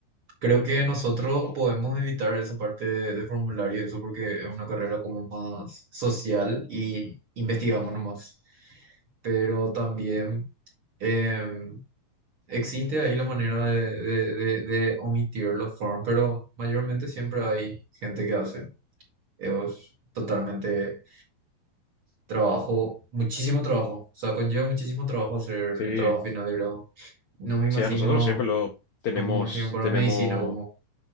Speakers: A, on the right; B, on the left.
A: creo que nosotros podemos evitar esa parte de, de formulario y eso porque es una carrera como más social y investigamos nomás. Pero también eh, existe ahí la manera de, de- de- de omitir los forms, pero mayormente siempre hay gente que hace. Es totalmente Trabajo, muchísimo trabajo. O sea, conlleva muchísimo trabajo hacer
B: Sí,
A: el trabajo final de grado. No me imagino,
B: sí, a nosotros siempre lo tenemos,
A: no me imagino para
B: tenemos
A: medicina como...